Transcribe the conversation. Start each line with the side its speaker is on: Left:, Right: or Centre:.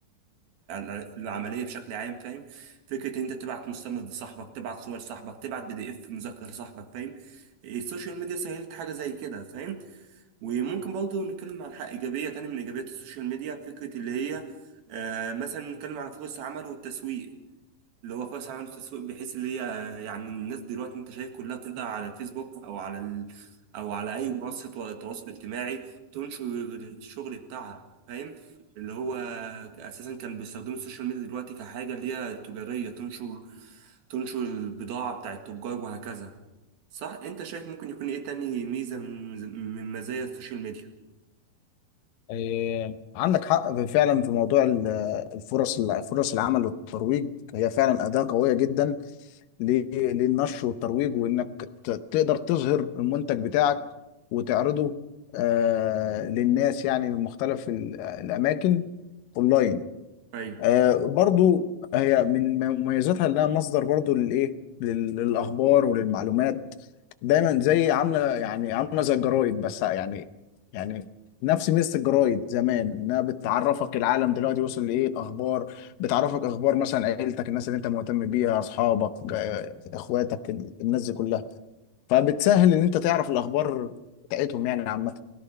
Right: العملية بشكل عام فاهم فكرة ان انت تبعت مستند لصاحبك تبعت صور صاحبك تبعت بي دي اف مذكر لصاحبك فاهم إيه، السوشيال ميديا سهلت حاجة زي كده فاهم وممكن برضه نتكلم عن حق ايجابية تاني من ايجابيات السوشيال ميديا فكرة اللي هي آه مثلا نتكلم عن فرص عمل والتسويق اللي هو خالص عملوا تسويق بحيث اللي هي يعني الناس دلوقتي انت شايف كلها بتقدر على فيسبوك او على ال... او على اي منصه تو- تواصل اجتماعي تنشر الشغل بتاعها فاهم اللي هو اساسا كان بيستخدموا السوشيال ميديا دلوقتي كحاجه اللي هي تجاريه تنشر تنشر البضاعه بتاع التجار وهكذا صح انت شايف ممكن يكون ايه تاني ميزه من من مزايا السوشيال ميديا
Left: إيه، عندك حق فعلا في موضوع ال- الفرص فرص العمل والترويج هي فعلا أداة قوية جدا ل- للنشر والترويج وإنك ت- تقدر تظهر المنتج بتاعك وتعرضه آه، للناس يعني من مختلف ال- الأماكن أونلاين
Right: ايوه
Left: آه، برضو هي من مميزاتها انها مصدر برضو للايه لل- للاخبار وللمعلومات دايما زي عامله يعني عامله زي الجرايد بس يعني يعني نفس ميزه الجرايد زمان انها بتعرفك العالم دلوقتي وصل لايه الاخبار بتعرفك اخبار مثلا عيلتك الناس اللي انت مهتم بيها اصحابك آه، اخواتك الناس دي كلها فبتسهل ان انت تعرف الاخبار بتاعتهم يعني عامه